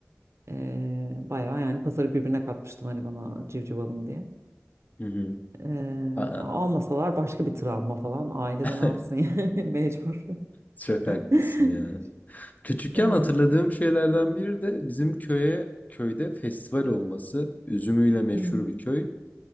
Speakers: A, on the right (about 65°); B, on the left (about 30°).
A: Ee, bayağı yani pazarı birbirine katmıştım hani bana civciv alın diye.
B: hı.
A: Ee,
B: Aa,
A: almasalar başka bir travma falan ailede
B: <laughs>
A: ne yapsın yani <laughs> mecbur.
B: Çok haklısın
A: <laughs>
B: ya. Küçükken
A: Evet.
B: hatırladığım şeylerden biri de bizim köye köyde festival olması. Üzümüyle meşhur
A: Hı hı.
B: bir köy.